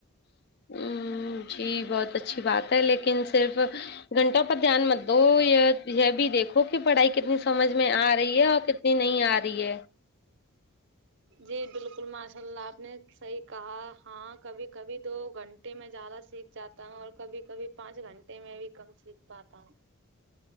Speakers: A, on the left; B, on the right.
A: ہوں جی بہت اچھی بات ہے لیکن صرف گھنٹوں پر دھیان مت دو یہ یہ بھی دیکھو کہ پڑھائی کتنی سمجھ میں آ رہی ہے اور ک تنی نہیں آ رہی ہے
B: جی بالکل ماشاء اللہ آپ نے صحیح کہا ہاں کبھی کبھی دو گھنٹ ے میں زیادہ سیکھ جاتا ہوں اور کبھی کبھی پانچ گھنٹے میں بھی کم سیکھ پاتا ہوں